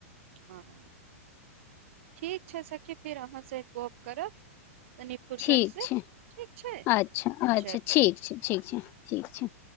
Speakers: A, on the right; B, on the left.
A: हँ ह ठीक छै सखी फेर अहाँसँ गप्प करब तनि फुर्सत
B: ठीक
A: से
B: छै
A: ठीक छै
B: अच्छा अच्छा
A: चलू
B: ठीक छै ठीक छै ठीक छै